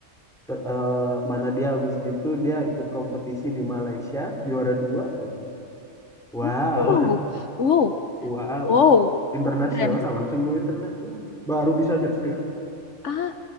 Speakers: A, in the centre; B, on the left.
A: Te- eh, mana dia habis gitu dia ikut kompetisi di Malaysia, juara dua pula. Wow.
B: Wow, wow,
A: Wow,
B: wow.
A: internasional
B: Keren.
A: langsung go internasional. Baru bisa nyetir.
B: Ah,